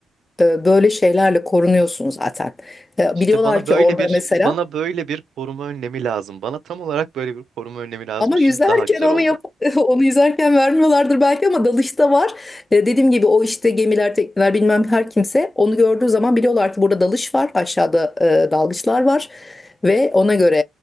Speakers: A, on the left (about 25°); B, on the right (about 65°).
A: E, böyle şeylerle korunuyorsun zaten. E,
B: İşte
A: biliyorlar
B: bana
A: ki
B: böyle
A: orada
B: bir
A: mesela
B: bana böyle bir koruma önlemi lazım. Bana tam olarak böyle bir koruma önlemi lazım.
A: Ama
B: Şimdi
A: yüzerken
B: daha güzel
A: onu
B: oldu.
A: yap <laughs> onu yüzerken vermiyorlardır belki ama dalışta var. E, dediğim gibi o işte gemiler, tekneler bilmem her kimse onu gördüğü zaman biliyorlar ki burada dalış var, aşağıda e, dalgıçlar var ve ona göre